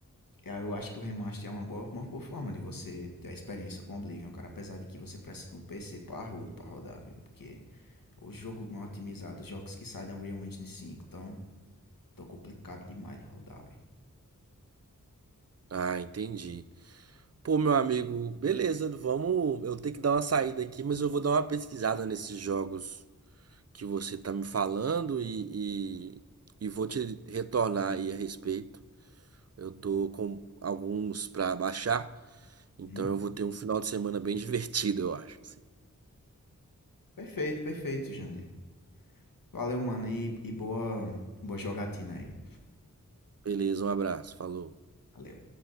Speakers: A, on the left; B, on the right.
A: aí Eu acho que o remaster é uma boa, uma boa forma de você ter a experiência com Oblivion, cara. Apesar de que você precisa de um PC parrudo pra rodar, viu? Porque o jogo mal otimizado, os jogos que saem da Unreal Engine cinco tão tão complicado demais de rodar, velho.
B: Ah, entendi. Pô, meu amigo, beleza, vamos. Eu tenho que dar uma saída aqui, mas eu vou dar uma pesquisada nesses jogos que você tá me falando e, e, e vou te retornar aí a respeito. Eu tô com alguns pra baixar, então
A: Uhum.
B: eu vou ter um final de semana bem <laughs> divertido, eu acho, assim.
A: Perfeito, perfeito, Jandir. Valeu, mano, e, e boa, boa jogatina aí.
B: Beleza, um abraço, falou.
A: Valeu.